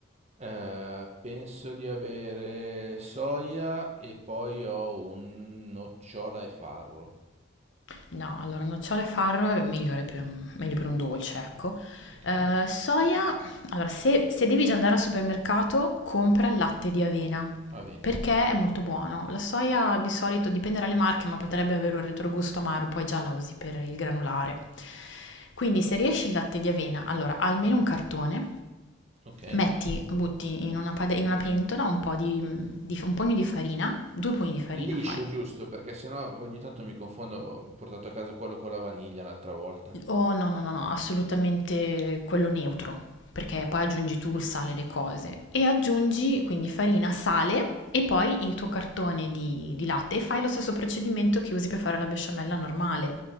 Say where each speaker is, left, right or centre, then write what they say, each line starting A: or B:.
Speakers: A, on the right; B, on the left.
A: Eh, penso di avere soia e poi ho un nocciola e farro.
B: No, allora nocciole e farro è migliore per un, meglio per un dolce, ecco.
A: Ok?
B: Eh, soia, allora se, se devi già andare al supermercato, compra il latte di avena,
A: Avena,
B: perché
A: ok.
B: è molto buono. La soia di solito dipende dalle marche, ma potrebbe avere un retrogusto amaro, poi già la usi per il granulare. Quindi se riesci il latte di avena, allora almeno un cartone,
A: Ok.
B: metti, butti in una, pade- in una pentola un po' di, di- un pugno di farina, due pugni di farina
A: Liscio,
B: fai,
A: giusto, perché sennò ogni tanto mi confondo. Ho portato a casa quello con la vaniglia l'altra volta.
B: Oh no, no, no, no, assolutamente quello neutro, perché poi aggiungi tu il sale alle cose e aggiungi quindi farina, sale e poi il tuo cartone di, di latte e fai lo stesso procedimento che usi per fare la besciamella normale,